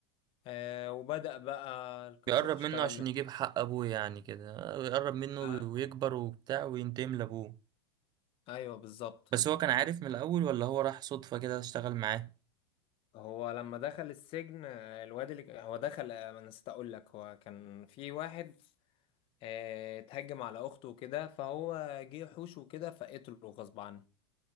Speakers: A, on the left; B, on the right.
A: آه وبدأ بقى القصة
B: بيقرب
A: تشتغل
B: منه عشان
A: من
B: يجيب حق ابوه يعني كده آه، يقرب منه
A: آه
B: ويكبر وبتاع وينتقم لابوه
A: أيوه بالظبط
B: بس هو كان عارف من الأول ولا هو راح صدفة كده اشتغل معاه؟
A: هو لما دخل السجن آه، الواد اللي ك- هو دخل آه، انا نسيت اقول لك هو كان في واحد آه، اتهجم على اخته وكده فهو جه حوش وكده فقتله غصب عنه